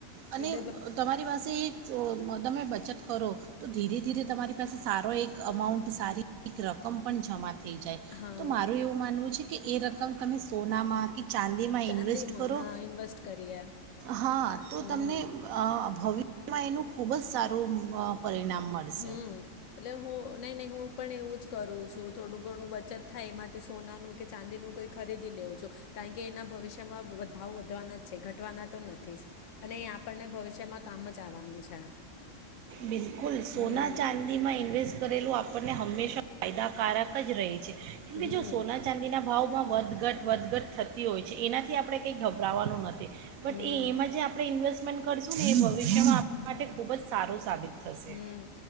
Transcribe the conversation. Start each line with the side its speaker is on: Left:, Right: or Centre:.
Right: અને
Left: એટલે બ
Right: તમારી પાસે જો તમે બચત કરો તો ધીરે ધીરે તમારી પાસે સારો એક અમાઉન્ટ સારી એક રકમ પણ જમા થ થઈ જાય
Left: હા
Right: તો મારું એવું માનવું છે કે એ રકમ તમે સોનામાં કે ચાંદીમાં
Left: ચાંદીમાં
Right: ઇન્વેસ્ટ કરો
Left: હા ઇન્વેસ્ટ કરીએ
Right: હા તો
Left: હમ
Right: તમને અ ભવિષ્ય એમાં એનું ખુબ જ સારું પરિણામ મળશે
Left: હમ એટલે હું નહી નહી હું પણ એવું જ કરું છું થોડું ઘણું બચત થાય એમાંથી સોનાનું કે ચાંદીનું કઈ ખરીદી લેઉું છું કારણ કે એના ભવિષ્યમાં ભાવ વધવાના જ છે ઘટવાના તો નથી જ અને એ આપણને ભવિષ્યમાં કામ જ આવવાનું છે
Right: બિલકુલ સોના
Left: હમ
Right: ચાંદીમાં ઇન્વેસ્ટ કરેલું આપ આપણને હંમેશા ફાયદાકારક જ રહી છે કેમ કે
Left: હમ
Right: જો સોના ચાંદીના ભાવ માં વધઘટ વધઘટ થતી હોય છે એનાથી આપણે કંઈ ગભરાવાનું નથી બટ
Left: હમ
Right: એ એમાં જે આપણે ઇન્વેસ્ટ ઇન્વેસ્ટમેન્ટ કરશું ને એ ભવિષ્યમાં આપના માટે ખુબ જ સારું સાબિત થશે
Left: હમ